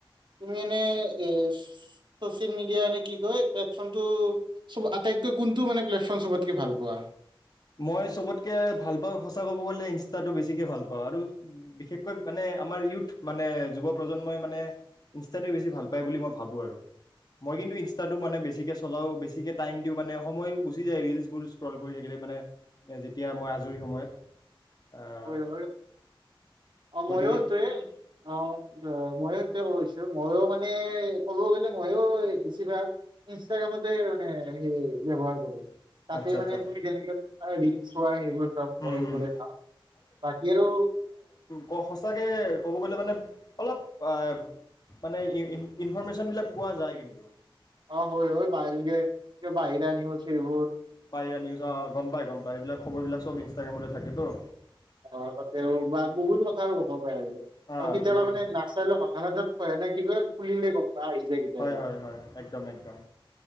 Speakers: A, on the right (about 60°); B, on the left (about 45°).
A: তুমি এনে এ ছ'চিয়েল মিডিয়া কি কয় <unintelligible> আটাইতকৈ কোনটো মানে প্লেটফৰ্ম চবতকে ভাল পোৱা?
B: মই চবতকে ভাল পাওঁ সঁচা ক'ব গ'লে ইনষ্টাটো বেছিকে ভাল পাওঁ আৰু বিশেষকৈ মানে আমাৰ ইউথ মানে যুৱ প্ৰজন্মই মানে ইনষ্টাটোৱে বেছি ভাল পায় বুলি মই ভাবোঁ আৰু মই কিন্তু ইনষ্টাটো মানে বেছিকে চলাওঁ বেছিকে টাইম দিওঁ মানে সময় গুচি যায় ৰীলচবোৰ স্ক্ৰল' কৰি থাকিলে মানে যেতিয়া মই আজৰি সময়ত আহ।
A: হয় হয় অ',
B: গতিকে
A: ময়ো <unintelligible> অ। অহ, ময়ো সেইটোয়ে কব খুজিছোঁ, ময়ো মানে ক'ব গ'লে, ময়ো বেছিভাগ ইনষ্টাগ্ৰামতে মানে হেই ব্যৱহাৰ কৰোঁ। তাতে
B: আচ্ছা
A: মানে
B: আচ্ছা
A: তুমি কেনেকে ৰীল চোৱা এইবোৰ চব
B: উম,
A: মই এইবোৰে কাম। বাকী আৰু
B: ক সঁচাকৈ ক'ব গ'লে মানে অলপ আহ মানে ইন-ইনফৰৰ্মেশ্যনবিলাক পোৱা যায় কিন্তু।
A: অ' হয়-হয়। বাহিৰে এ বাহিৰা নিউজ সেইবো
B: বাহিৰা নিউজ, অ' গম পায়, গম পায়। এইবিলাক খবৰবিলাক চব ইন সেইমতে থাকেতো।
A: অ'। তাতে আৰু বা বহুত কথা আৰু <unintelligible> <unintelligible>
B: অ'
A: আৰু কেতিয়াবা
B: বহুত
A: মানে নাচালও <unintelligible> এনে কি কয় খুলিলে গম পায়, আহি যায় কেতিয়াবা।
B: হয় হয় হয় একদম একদম